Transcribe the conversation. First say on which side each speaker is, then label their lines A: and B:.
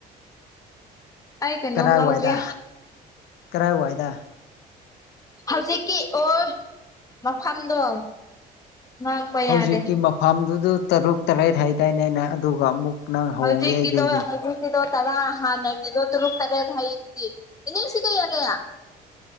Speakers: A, on the left (about 20°); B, on the left (about 85°).
A: ꯑꯩ ꯀꯩꯅꯣꯝ
B: ꯀꯔꯥꯏ
A: ꯂꯧꯒꯦ
B: ꯋꯥꯏꯗ ꯀꯔꯥꯏ ꯋꯥꯏꯗ
A: ꯍꯧꯖꯤꯛꯀꯤ ꯑꯣ ꯃꯐꯝꯗꯣ ꯉꯥꯡꯕ
B: ꯍꯧꯖꯤꯛꯀꯤ
A: ꯌꯥꯗꯦ
B: ꯃꯐꯝꯗꯨꯗ ꯇꯔꯨꯛ ꯇꯔꯦꯠ ꯍꯥꯏꯗꯥꯏꯅꯦꯅꯦ ꯑꯗꯨꯒ ꯑꯃꯨꯛ ꯅꯪ ꯍꯣꯡꯒꯦ
A: ꯍꯧꯖꯤ
B: ꯍꯥꯏꯗꯨꯗꯤ
A: ꯀ ꯇꯣ ꯍꯧ ꯗꯣ ꯇꯔꯥ ꯍꯥꯟꯅꯒꯗꯣ ꯇꯔꯨꯛ ꯇꯔꯦꯒ ꯍꯥꯏꯩꯗꯨꯗꯤ ꯏꯅ ꯁꯤ ꯀꯌꯥ ꯀꯌꯥ